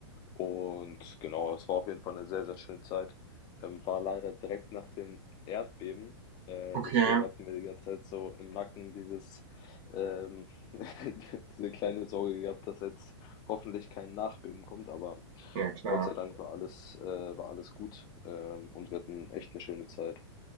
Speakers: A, on the left; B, on the right.
A: Und genau, es war auf jeden Fall eine sehr, sehr schöne Zeit. Ähm, war leider direkt nach dem Erdbeben, äh,
B: Okay.
A: deswegen hatten wir die ganze Zeit so im Nacken dieses, ähm <laughs> diese kleine Sorge gehabt, dass jetzt hoffentlich kein Nachbeben kommt, aber
B: Ja, klar.
A: Gott sei Dank war alles äh, war alles gut, ähm, und wir hatten echt eine schöne Zeit.